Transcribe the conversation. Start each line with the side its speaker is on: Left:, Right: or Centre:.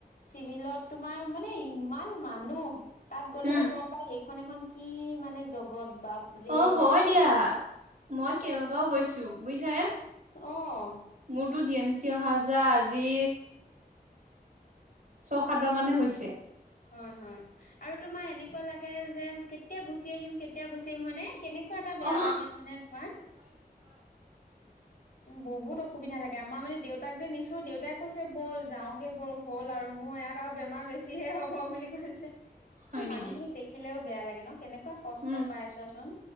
Left: চিভিলত তোমাৰ মানে। ইমান মানুহ তাত গ'লেহে
Right: উম,
Left: গম পায় সেইখন এখন কি মানে জগত বাপ ৰে'
Right: অ', হয় দিয়া। মই কেইবা বাউ গৈছো বুজিছানে
Left: অ'
Right: মোৰতো জি এম চি অহা আ। পূজা আজি ছয় সাতবাৰ মানে হৈছে।
Left: হয় হয় আৰু তোমাৰ এনেকুৱা লাগে যে কেতিয়া গুচি আহিম কেতিয়া গুচি আহিম হয়ানে। কেনেকুৱা এটা বেয়া
Right: অ',
Left: লাগে মানে তোমাৰ?
Right: উ।
Left: বহুত অসুবিধা লাগে আমাৰ মানে দেউতাক যে নিছো দেউতাই কৈছে ব'ল যাওগে বল হ'ল আৰু মোৰ। ইয়াত আৰু বেমাৰ বেছি হে হ'ব বুলি কৈছে
Right: হয়
Left: কি
Right: নেকি?
Left: মানুহখিনিক দেখিলেও বেয়া লাগে ন কেনেকুৱা, এনেকুৱা কষ্ট
Right: উম,
Left: পাই ছোৱাচোন